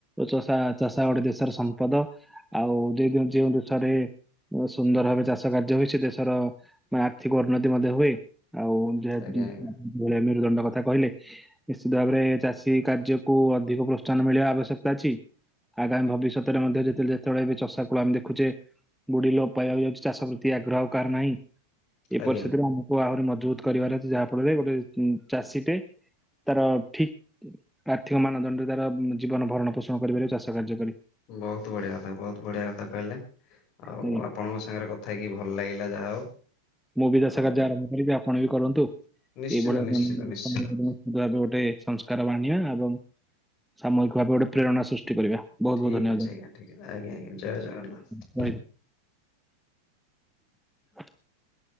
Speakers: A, in the centre; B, on the left.
A: ଚଷା ଚଷା ଗୋଟେ ଦେଶର ସମ୍ପଦ ଆଉ ଦେଖନ୍ତୁ ଯେଉଁ ଦେଶରେ <unintelligible> ସୁନ୍ଦର ଭାବେରେ ଚାଷ କାର୍ଯ୍ୟ ହୁଏ ସେ ଦେଶର ବା ଆର୍ଥିକ ଉନ୍ନତି ମଧ୍ୟ ହୁଏ ଆଉ <unintelligible>
B: ଆଜ୍ଞା ଆଜ୍ଞା
A: ମେରୁଦଣ୍ଡ କଥା କହିଲେ। ନିଶ୍ଚିତ ଭାବରେ ଚାଷୀ କାର୍ଯ୍ୟକୁୁ ଅଧିକ ପ୍ରୋତ୍ସାହନ ମିଳିବା ଆବଶ୍ୟକତା ଅଛି। ଆଗାମୀ ଭବିଷ୍ୟତରେ ମଧ୍ୟ ଯେତେବେଳେ ଯେତେବେଳେ ଏବେ ଚଷା କୂଳ ଆମେ ଦେଖୁଛେ ବୁଢି ଲୋ ପାଇବାକୁ ଯାଉଛି ଚାଷ ପ୍ରତି ଆଗ୍ରହ ଆଉ କାହାର ନାହିଁ ଏ
B: ଆଜ୍ଞା
A: ପରିସ୍ଥିତିରେ ଆମ କୁ ଆହୁରି ମଜବୁତ କରିବାର ଅଛି ଯାହା ଫଳରେ ଗୋଟେ ଉଁ ଚାଷୀଟେ ତାର ଠିକ ଆର୍ଥିକ ମାନଦଣ୍ଡରେ ତାର ଉଁ ଜୀବନ ଭରଣ ପୋଷଣ କରି ପାରିବ ଚାଷ କାର୍ଯ୍ୟ କରି।
B: ବହୁତ ବଢିଆ କଥା ବହୁତ ବଢିଆ କଥା କହିଲେ ଆଉ
A: ଆଜ୍ଞା
B: ଆପଣଙ୍କ ସାଙ୍ଗରେ କ ଥା ହେଇକିି ଭଲ ଲାଗିଲା ଯାହା ହଉ
A: ମୁଁ ବି ଚାଷ
B: ଆଉ
A: କାର୍ଯ୍ୟ ଆରମ୍ଭ କରିବି ଆପଣ ବି କରନ୍ତୁ
B: ନିଶ୍ଚିତ
A: ଏଇଭଳିଆ
B: ନିଶ୍ଚିତ
A: ମାନେ
B: ନିଶ୍ଚିତ
A: ସମବେଦନା ଭାବେ ଗୋଟେ ସଂସ୍କାର ଆଣିବା ଏବଂ ସାମୁହିକ ଭାବେ ଗୋଟେ ପ୍ରେରଣା ସୃଷ୍ଟି କରିବା। ବହୁତ
B: ଠିକ୍
A: ବହୁତ ଧନ୍ୟବାଦ
B: ଅଛି ଆଜ୍ଞା ଠିକ ଅଛି ଆଜ୍ଞା ଆଜ୍ଞା ଜୟ ଜଗନ୍ନାଥ।
A: ମୁଁ ରହିଲି। <inaudible>